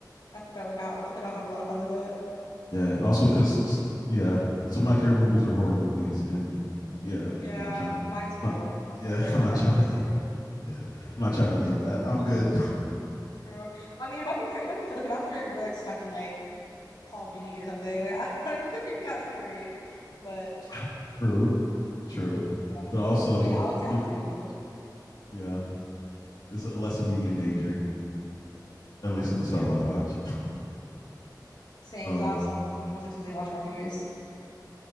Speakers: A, on the left (about 85°); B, on the left (about 65°).
A: I forgot like I, I think I'll have a lot of fun with it.
B: Yeah, and also
A: I mean,
B: because yeah, some of my favorite movies
A: yeah.
B: are horror movies, and yeah,
A: Yeah,
B: I'm not trying,
A: mine too.
B: not yeah,
A: I really, I really
B: <laughs> I'm
A: like
B: not
A: horror
B: trying
A: movies
B: to be
A: too.
B: yeah, I'm not trying to be
A: Yeah,
B: in that. I'm good.
A: true. I mean, it might be pretty, it might be like if after you're, you're like stuck in like Call of Duty or something, like I <laughs> it could be kind of scary. But
B: <laughs> true, true,
A: yeah,
B: but also
A: but yeah, I would say
B: you
A: I
B: could
A: would say video games ultimately.
B: yeah, it's less immediate danger, at least in the
A: Yeah,
B: stuff I watch.
A: same.
B: Um,
A: 'cause I also like, almost exclusively watch horror movies.